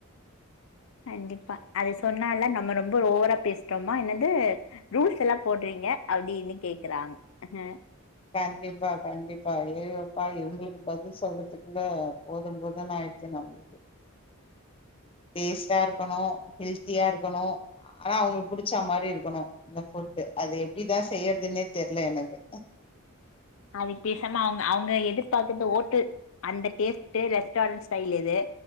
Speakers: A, on the left; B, on the left.
A: கண்டிப்பா அது சொன்னாலா நம்ம ரொம்ப ஒவரா பேசிட்டோமா என்னது ரூல்ஸ் எல்லா போடுறீங்க அப்டின்னு கேக்குறாங்க
B: கண்டிப்பா கண்டிப்பா அய்யயோப்பா இவங்களுக்கு பதில் சொல்றதுக்குள்ள போதும் போதுனு ஆயிடுது தினமு டேஸ்ட்டா இருக்கணு ஹெல்த்தியா இருக்கணு ஆனா அவங்களுக்கு புடிச்சா மாரி இருக்கணு இந்த ஃபுட் அது எப்டிதா செய்யறதுன்னே தெரில எனக்கு
A: அதுக்கு பேசாம அவங்க அவங்க எதிர்பாக்கறது ஓட்டு அந்த டேஸ்ட் ரெஸ்டாரண்ட் ஸ்டைல் இது